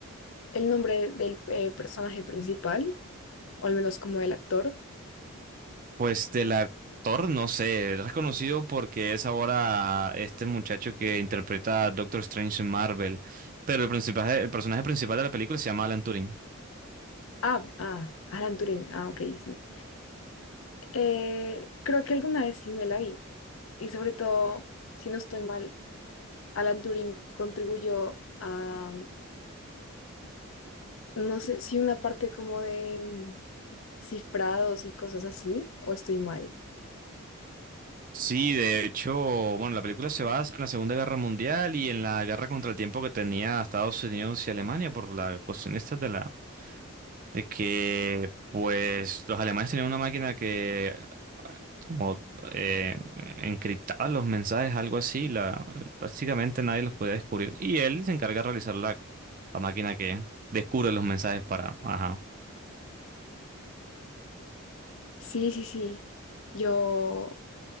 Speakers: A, on the left (about 70°); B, on the right (about 40°).
A: el nombre del eh, personaje principal? O al menos como el actor.
B: pues del actor, no sé, es reconocido porque es ahora este muchacho que interpreta a Doctor Strange en Marvel, pero el, principal- el personaje principal de la película se llama Alan Turing.
A: Ah, ah, Alan Turing, ah, ok, sí. Eh, creo que alguna vez sí me la vi. Y sobre todo, si no estoy mal, Alan Turing contribuyó a No sé si una parte como de mm, cifrados y cosas así, o estoy mal.
B: Sí, de hecho, bueno, la película se basa en la Segunda Guerra Mundial y en la guerra contra el tiempo que tenía Estados Unidos y Alemania por la cuestión esta de la de que pues los alemanes tenían una máquina que ah, como eh, encriptaba los mensajes, algo así, la básicamente nadie los podía descubrir y él se encarga de realizar la, la máquina que descubre los mensajes para, ajá.
A: Sí, sí, sí. Yo